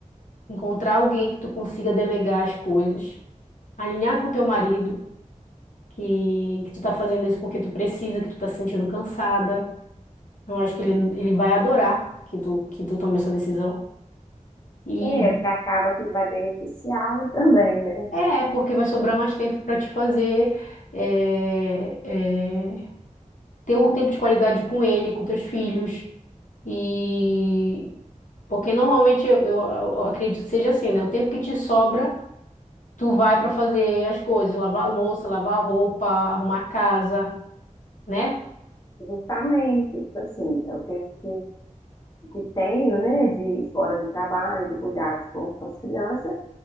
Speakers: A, on the left; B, on the left.
A: Encontrar alguém que tu consiga delegar as coisas. Alinhar com teu marido que, que tu tá fazendo isso porque tu precisa, que tu tá se sentindo cansada. Eu acho que ele, ele vai adorar que tu, que tu tome essa decisão. E
B: É, porque acaba que vai beneficiá-lo também, né?
A: é, é porque vai sobrar mais tempo para te fazer é, é, ter um tempo de qualidade com ele, com teus filhos. E porque normalmente eu, eu eu acredito que seja assim, né? O tempo que te sobra. Tu vai para fazer as coisas, lavar a louça, lavar a roupa, arrumar a casa, né?
B: Justamente, tipo assim, é o tempo que, que tenho, né, de fora do trabalho, do cuidado com, com as crianças,